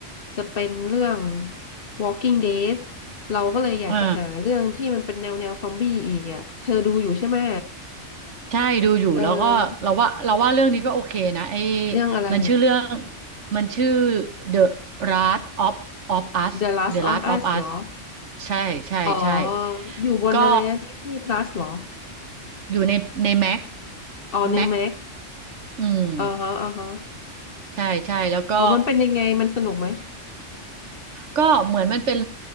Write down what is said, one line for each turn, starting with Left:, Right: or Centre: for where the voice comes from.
Left: จะเป็นเรื่อง Walking Dead เราก็เลยอยากจะหาเรื่องที่มันเป็นแนวแนวซอมบี้อีกอ่ะ
Right: อ่า
Left: เธอดูอยู่ใช่ไหม
Right: ใช่ดูอยู่แล้วก็เราว่าเราว่าเรื่องนี้ก็โอเคนะไอ
Left: เออเรื่องอะไร
Right: มันชื่อเรื่องมันชื่อ The Last of of Us
Left: The Last
Right: The Last
Left: of Us
Right: of
Left: เหรอ
Right: Us ใช่ใช่ใช่
Left: อ๋อ อยู่บนอะไรนะ
Right: ก็
Left: Disney Plus เหรอ
Right: อยู่ในในแม็ก
Left: อ๋อใน
Right: แม็ก
Left: m a ็
Right: อืม
Left: อ๋อฮะอ๋อฮะ
Right: ใช่ใช่แล้วก็
Left: อ๋อมันเป็นยังไงมันสนุกไหม
Right: ก็เหมือนมันเป็น